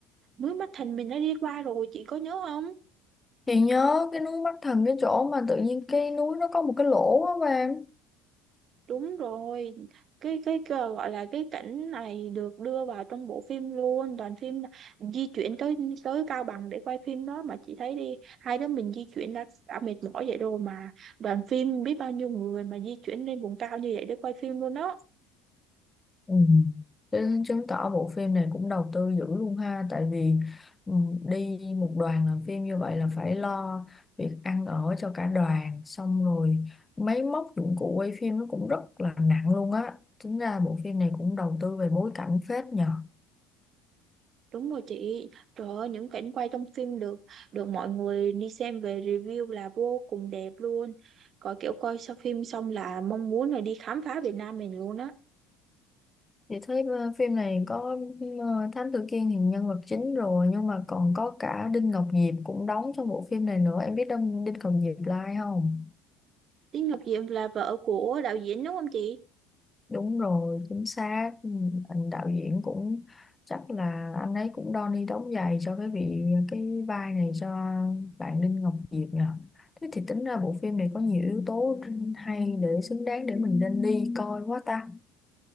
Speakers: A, on the right (about 50°); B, on the left (about 20°).
A: núi Mắt Thành mình đã đi qua rồi chị có nhớ không
B: Chị nhớ cái núi Mắt Thần cái chỗ mà tự nhiên cái núi nó có một cái lỗ á em.
A: Đúng rồi, cái cái, cái gọi là cái cảnh này được đưa vào trong bộ phim luôn, đoàn phim là di chuyển tới tới Cao Bằng để quay phim đó mà chị thấy đi, hai đứa mình di chuyển đã, đã mệt mỏi vậy rồi mà đoàn phim biết bao nhiêu người mà di chuyển lên vùng cao như vậy để quay phim luôn đó.
B: Ừ. Thế chứng tỏ bộ phim này cũng đầu tư dữ luôn ha tại vì ừ, đi một đoàn làm phim như vậy là phải lo việc ăn ở cho cả đoàn xong rồi máy móc dụng cụ quay phim nó cũng rất là nặng luôn á tính ra bộ phim này cũng đầu tư về bối cảnh phết nhờ
A: Đúng rồi chị, trời ơi, những cảnh quay trong phim được được mọi người đi xem về review là vô cùng đẹp luôn. Có kiểu coi sau phim xong là mong muốn là đi khám phá Việt Nam mình luôn á.
B: Vậy thấy ờ, phim này có ờ, Thám Tử Kiên thì nhân vật chính rồi nhưng mà còn có cả Đinh Ngọc Diệp cũng đóng trong bộ phim này nữa em biết Đinh Đinh Ngọc Diệp là ai không
A: Lý Ngọc Diệm là vợ của đạo diễn đúng không chị?
B: Đúng rồi, chính xác. Ừ, Anh đạo diễn cũng chắc là anh ấy cũng đo ni đóng giày cho cái vị cái vai này cho bạn Đinh Ngọc Diệp nhờ. Thế thì tính ra bộ phim này có nhiều yếu tố hay để xứng đáng để mình nên đi coi quá ta.